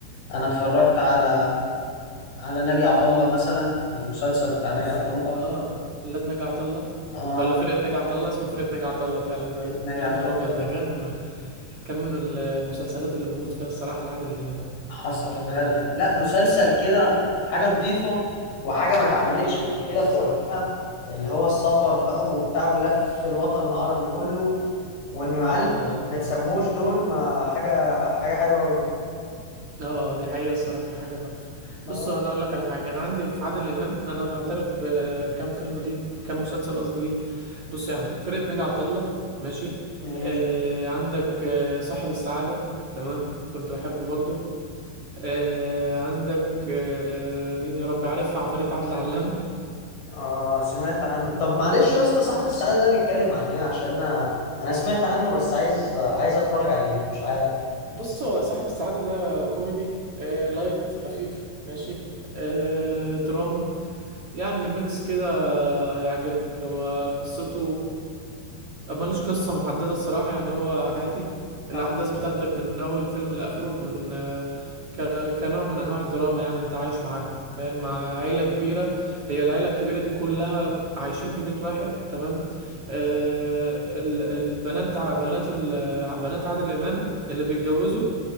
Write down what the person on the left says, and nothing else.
انا اتفرجت على على ناجي عطا الله مثلا المسلسل بتاع ناجي
عطا الله
اه
ناجي
عطا
الله
حصل
فعلا لا مسلسل كده حاجه نظيفه وحاجه ما اتعملتش
قبل
كده في
وقتها اللي هو السفر بقى وبتاع ولف الوطن العربي كله وانه يعلم
ما تسموش دول ما حاجه حاجه حلوه قوي
اه
ماشي
اه سمعت عنه طب معلش يا اسطى صاحب السعادة ده بيتكلم عن ايه عشان انا انا سمعت عنه بس عايز عايز اتفرج عليه مش عارف
اه